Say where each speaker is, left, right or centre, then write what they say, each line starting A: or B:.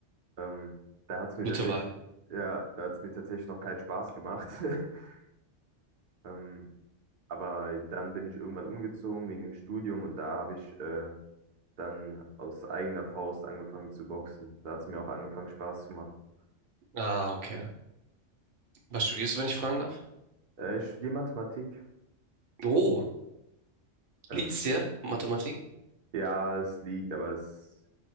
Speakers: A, on the right; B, on the right.
A: Ähm, da hat es mir
B: Gute
A: tatsächlich,
B: Wahl.
A: ja, da hat es mir tatsächlich noch keinen Spaß gemacht. <laughs> Ähm, Aber dann bin ich irgendwann umgezogen wegen dem Studium und da habe ich äh, dann aus eigener Faust angefangen zu boxen. Da hat es mir auch angefangen, Spaß zu machen.
B: Ah, okay. Was studierst du, wenn ich fragen darf?
A: Äh, ich studiere Mathematik.
B: Oh,
A: Ähm,
B: liegt's dir? Mathematik?
A: ja, es liegt, aber es,